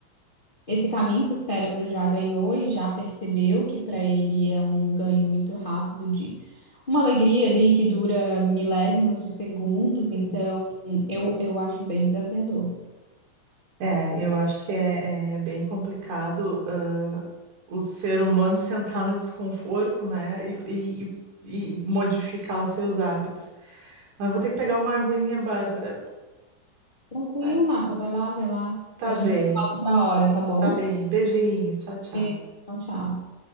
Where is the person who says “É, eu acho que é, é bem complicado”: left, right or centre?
Right